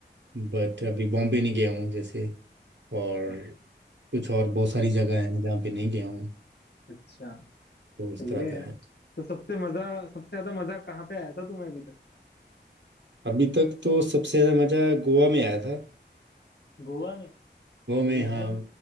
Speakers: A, on the right; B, on the left.
A: बट अभी बॉम्बे नहीं गया हूँ जैसे और
B: अच्छा
A: कुछ और बहुत सारी जगह हैं जहाँ पे नहीं गया हूँ
B: अच्छा
A: तो उस
B: सही
A: तरह
B: है
A: का
B: यार
A: है
B: तो सबसे मजा सबसे ज्यादा मजा कहाँ पे आया था तुम्हें अभी तक
A: अभी तक तो सबसे ज़्यादा मज़ा गोवा में आया था
B: गोवा में सही
A: गोवा में
B: है
A: हाँ
B: यार